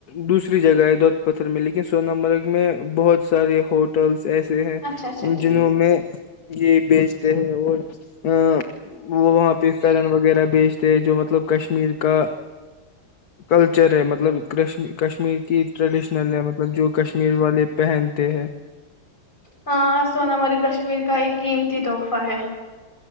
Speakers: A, on the left; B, on the left.
A: دوسری جگہ ہے دودت پتھر میں لیکن سوون مرگ میں بہت سارے ہوٹلس ایسے ہیں
B: اچھا اچھا ٹھیک
A: جنہوں میں یہ بیچتے ہیں اور ا وہ وہاں پہ فلن وغیرہ بیچ تھ جو مطلب کشمیر کا کلچر چر رہ ہے مطلب کش کشمیر کی ٹریڈیشنل ہے مطلب جو کشمیر والے پہن ت ہیں
B: ہاں سونا ہماری کشمیر کا ایک قیمتی تحفہ ہے